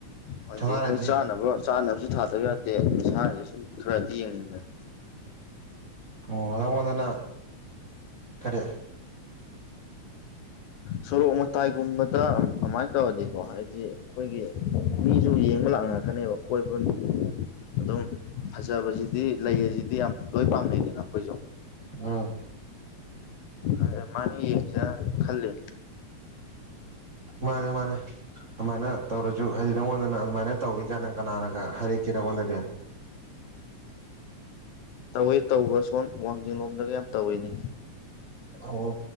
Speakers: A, on the left; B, on the right.
A: ꯍꯣꯏꯗꯤ
B: ꯁꯅꯥꯔꯩꯗꯤ
A: ꯍꯣꯏ ꯆꯥꯅꯕ ꯆꯥꯅꯕꯁꯨ ꯊꯥꯗꯕ ꯌꯥꯗꯦ ꯃꯁꯥꯅꯁꯨ ꯁꯨꯝ ꯈꯔꯗꯤ ꯌꯦꯡꯅꯤꯡꯉꯤ
B: ꯑꯣ ꯅꯪꯉꯣꯟꯗꯅ ꯒꯔꯤ
A: ꯁꯣꯔꯣꯛ ꯃꯇꯥꯏꯒꯨꯝꯕꯗ ꯑꯗꯨꯃꯥꯏꯅ ꯇꯧꯔꯗꯤꯀꯣ ꯍꯥꯏꯗꯤ ꯑꯩꯈꯣꯏꯒꯤ ꯃꯤꯁꯨ ꯌꯦꯡꯕ ꯂꯥꯛꯅꯔꯛꯀꯅꯦꯕ ꯀꯣꯏꯕ ꯑꯗꯨꯝ ꯐꯖꯕꯁꯤꯗꯤ ꯂꯩ ꯑꯁꯤꯗꯤ ꯌꯥꯝ ꯂꯣꯏ ꯄꯥꯝꯅꯩꯗꯅ ꯑꯩꯈꯣꯏꯁꯨ
B: ꯎꯝ
A: ꯑꯗꯨꯃꯥꯢꯅ ꯌꯦꯡꯖꯤꯔ ꯈꯜꯂꯤ
B: ꯃꯥꯅꯦ ꯃꯥꯅꯦ ꯑꯗꯨꯃꯥꯏꯅ ꯇꯧꯔꯁꯨ ꯍꯥꯏꯗꯤ ꯅꯪꯉꯣꯟꯗꯅ ꯑꯗꯨꯃꯥꯏꯅ ꯇꯧꯏꯒ ꯅꯪ ꯀꯅꯥꯅꯒ ꯍꯥꯏꯔꯛꯀꯦ ꯅꯪꯉꯣꯟꯗꯒ
A: ꯇꯧꯋꯤ ꯇꯧꯕ ꯁꯣꯟ ꯋꯥꯡꯖꯤꯡ ꯂꯣꯝꯗꯒ ꯌꯥꯝ ꯇꯧꯋꯤꯅꯦ
B: ꯑꯣ